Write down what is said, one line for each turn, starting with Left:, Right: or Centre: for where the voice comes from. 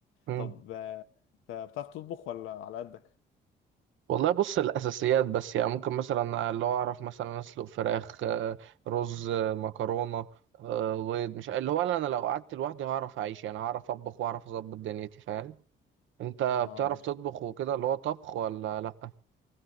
Right: مم.
Left: طب آه، انت بتعرف تطبخ ولا على قدك؟
Right: والله بص الاساسيات بس يعني ممكن مثلا اللي هو اعرف مثلا اسلق فراخ آه، رز آه، مكرونة آه، بيض مش اللي هو انا لو قعدت لوحدي هعرف اعيش يعني هعرف اطبخ واعرف اظبط دنيتي فاهم انت
Left: اه
Right: بتعرف تطبخ وكده اللي هو طبخ ولا لا